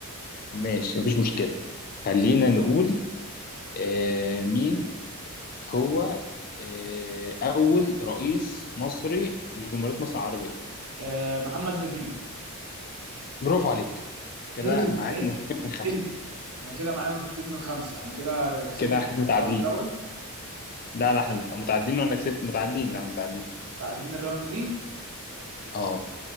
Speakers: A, on the left (about 40°); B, on the right (about 65°).
A: ماشي مفيش مشكلة خلينا نقول آه، مين هو آه، أول رئيس مصري لجمهورية مصر العربية
B: اه محمد نجيب
A: برافو عليك كده
B: هي،
A: معاك
B: يس
A: نقطتين من خمسة
B: حلو انا كده معايا نقطتين من خمسة انا كده كسبت
A: كده احنا متعادلين
B: اول راوند
A: لا لا احنا مت- متعادلين وأنا كسبت متعادلين لا متعادلين
B: متعادلين الراوند دي
A: اه